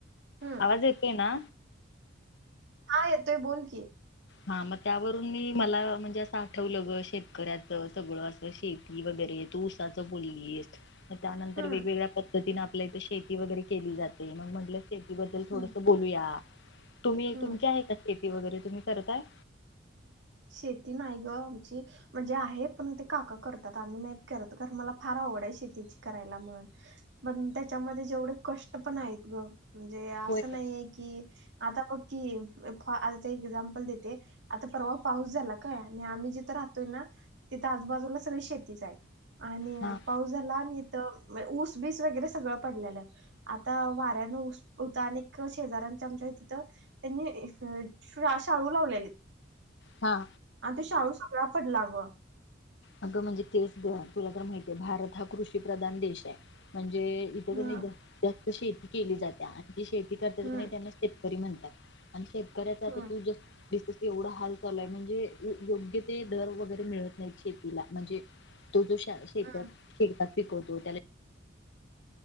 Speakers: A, on the right; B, on the left.
A: हम्म
B: आवाज येतय ना?
A: हा येतोय बोल की.
B: हा मग त्यावरून मी मला म्हणजे असं आठवलं ग शेतकऱ्याच सगळं अस शेती वगैरे. तू उसाच बोललीस. त्यानंतर
A: हम्म
B: वेगवेगळ्या पद्धतीने आपल्या इथे शेती वगैरे केली जाते. मग म्हटलं शेती बद्दल थोडस
A: हम्म
B: बोलू या तुम्ही
A: हम्म
B: तुमची आहे का? शेती वगैरे तुम्ही. करताय.
A: शेती नाही ग आमची म्हणजे आहे पण ते काका करतात. आम्ही नाही करत कारण मला फार आवडा आहे शेतीची करायला म्हणून मग त्याच्यामध्ये जेवढे कष्ट पण आहेत ग. म्हणजे असं
B: होय
A: नाहीये की- आता बघ की फ आ एक एक्झाम्पल देते आता परवा- पाऊस झाला काय आणि आम्ही जिथे राहतोय ना तिथं आजूबाजूला सगळी शेतीच आहे. आणि
B: हा
A: पाऊस झाला आणि ऊस बीस वगैरे सगळ पडलेले आता वाऱ्यांना ऊस अनेक शेजारात. तिथं त्यांनी अशा शाळू लावलेली.
B: हा
A: आता शाळू सगळा पडला व.
B: अगं म्हणजे तेच ग तुला तर माहितीय भारत हा कृषी प्रधान देश आहे. ये इथ को
A: ह
B: जात शेती केली जाते. आणि जी शेती करतात
A: हम्म
B: त्यांना श री म्हणतात. आणि शेतकऱ्याचा आ
A: हम्म
B: तुझं एवढा हाल चालूय म्हणजे योग्य ते दर वगैरे मिळत नाही. शेती तीला म्हणजे तो जो शेत
A: हम्म
B: शेतात शिकवतो. त्याला-